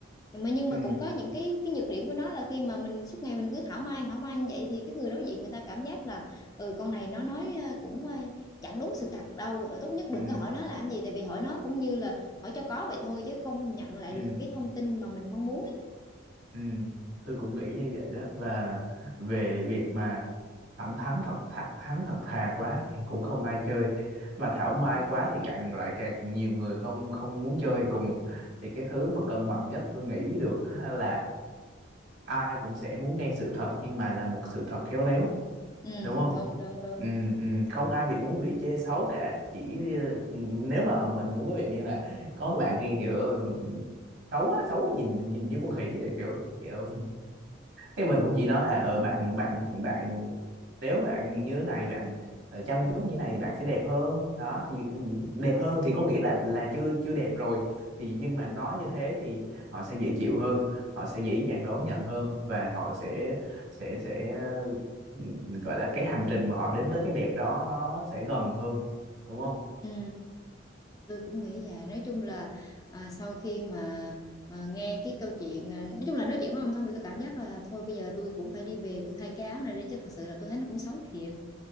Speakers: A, on the left (about 20°); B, on the right (about 60°).
A: mà nhưng
B: ừ
A: mà cũng có những cái cái nhược điểm của nó là khi mà mình suốt ngày mình cứ thảo mai thảo mai như vậy thì cái người đối diện người ta cảm giác là ừ con này nó nói ờ, cũng ờ, chẳng đúng sự thật đâu ờ, tốt nhất đừng
B: ừ
A: có hỏi nó làm gì tại vì hỏi nó cũng như là hỏi cho có vậy thôi chứ không nhận lại
B: ừ
A: được cái thông tin mà mình mong muốn ấy.
B: ừ tôi cũng nghĩ như vậy đó là về việc mà thẳng thắn thật thật thắn thật thà quá thì cũng không ai chơi mà
A: Ừ.
B: thảo mai quá thì càng lại càng nhiều người không không muốn chơi cùng thì cái thứ mà cân bằng nhất tôi nghĩ được ha là ai cũng sẽ muốn nghe sự thật nhưng mà là một sự thật khéo léo
A: ừ
B: đúng không
A: đúng đúng đúng
B: ừ, ừ, không ai bị muốn bị chê xấu cả chỉ ừ, nếu mà mình muốn cái việc như là có cái bạn kia kiểu ừ, xấu quá xấu nhìn nhìn như con khỉ rồi kiểu kiểu thì mình cũng chỉ nói là ờ, bạn bạn bạn nếu bạn như thế này bạn ờ, chăm chút như thế này thì bạn sẽ đẹp hơn đó thì ừ, đẹp hơn thì có nghĩa là là chưa chưa đẹp rồi thì nhưng mà nói như thế thì họ sẽ dễ chịu hơn họ sẽ dễ dàng đón nhận hơn và họ sẽ sẽ sẽ ừ, gọi là cái hành trình mà họ đến tới cái đẹp đó nó sẽ gần hơn đúng không
A: ừ. tôi cũng nghĩ vậy nói chung là à, sau khi mà à, nghe cái câu chuyện à, nói chung là nói chuyện với ông xong thì tôi cảm giác là thôi bây giờ tôi cũng phải đi về tôi thay cái áo này đi chứ thật sự là tôi thấy nó cũng xấu thiệt